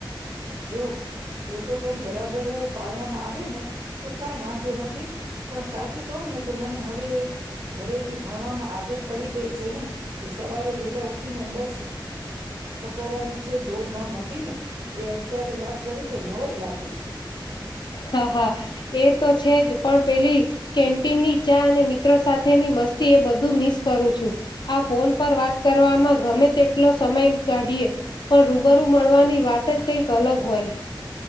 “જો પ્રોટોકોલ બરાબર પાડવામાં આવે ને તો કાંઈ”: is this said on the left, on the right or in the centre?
Right